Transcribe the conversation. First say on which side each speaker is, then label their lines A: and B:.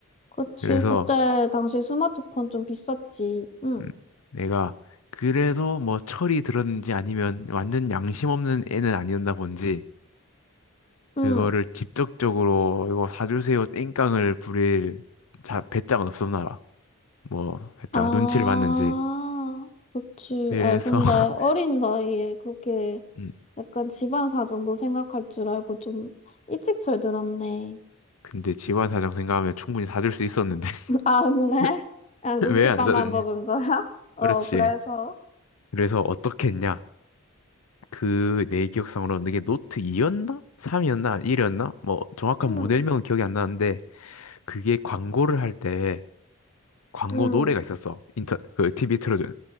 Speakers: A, on the left; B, on the left.
A: 그치.
B: 그래서
A: 그때 당시 스마트폰 좀 비쌌지. 응,
B: 음, 내가 그래도 뭐 철이 들었는지 아니면 완전 양심 없는 애는 아니었나 본지
A: 응.
B: 그거를 직접적으로 이거 사주세요 땡깡을 부릴 자, 배짱은 없었나라. 뭐 살짝
A: 아,
B: 눈치를 봤는지.
A: 그치.
B: 그래서
A: 아이, 근데
B: <laughs>
A: 어린 나이에 그렇게
B: 음,
A: 약간 집안 사정도 생각할 줄 알고 좀 일찍 철들었네.
B: 근데 집안 사정 생각하면 충분히 사줄 수 있었는데
A: 아, 그래?
B: <laughs>
A: 그냥 눈칫밥만
B: 왜 안 사줬냐?
A: 먹은 거야? <laughs> 어,
B: 그렇지.
A: 그래서.
B: 그래서 어떻게 했냐? 그 내 기억상으로는 그게 노트 2였나? 3이었나? 1이었나? 뭐 정확한
A: 응,
B: 모델명은 기억이 안 나는데 그게 광고를 할 때 광고
A: 응.
B: 노래가 있었어. 인터 그 TV 틀어주는.